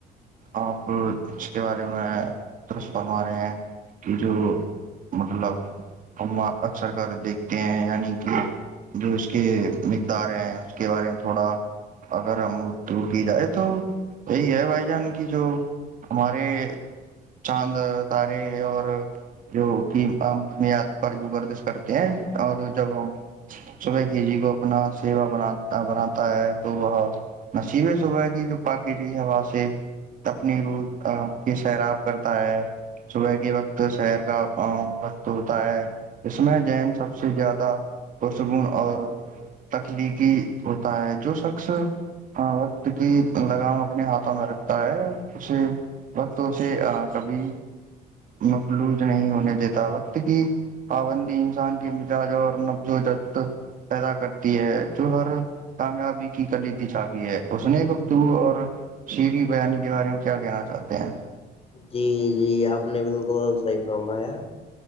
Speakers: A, on the right; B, on the left.
A: آپ اس کے بارے میں درست فرما رہے ہیں کہ جو مطلب ہم اکثر کر دیکھتے ہیں یعنی کہ جو اس کے مقدار ہیں اس کے بارے میں تھوڑا اگر ہمترو کی جائے تو یہی ہے بھائی جان کی جو ہمارے چاند تارے اور جو کہ امرتنیاد پر جو گردش کرتے ہیں اور جب ہم صبح کی جی کو اپنا سیوا بات بناتا ہے تو وہ نصیبیں صبح کی جو پاکیجی ہوا سے اپنی رو کی سیراب کرتا ہے صبح کی وقت شہر کا وقت ہوتا ہے اس میں جین سب سے زیادہ پرسکون اور تخلیقی ہوتا ہے جو شخص ہاں وقت کی لگام اپنے ہاتھوں میں رکھتا ہے اسے وقت اس سے کبھی مفلوج نہیں ہونے دیتا وقت کی پابندی انسان کے مزاج اور نفز و جت پیدا کرتی ہے جو ہر کامیابی کی کر لی تھی چابی ہے اس نے گپتو اور شریری بانی کے بارے میں کیا کہنا چاہتے ہیں
B: جی جی آپ نے بالکل صحیح فرمایا